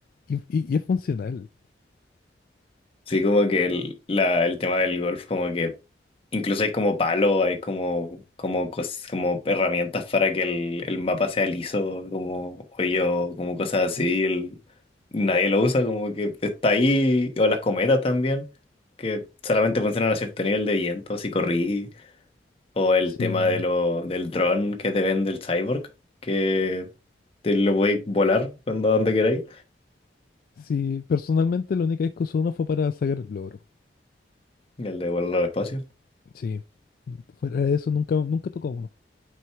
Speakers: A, on the left; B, on the left.
A: Y, y- y es funcional.
B: Sí, como que el, la, el tema del golf, como que incluso hay como palo, hay como, como, cos- como herramientas para que el, el mapa sea liso, como hoyo, como cosas así. el- nadie lo usa, como que está ahí, o las cometas también, que solamente funcionan a cierto nivel de viento, si corrí, o el
A: Sí.
B: tema de lo, del dron que te vende el Cyborg, que te lo voy a volar cuando donde queráis,
A: Sí, personalmente la única vez que usé uno fue para sacar el logro.
B: el de volar al espacio.
A: Sí. Fuera de eso nunca, nunca tocó uno.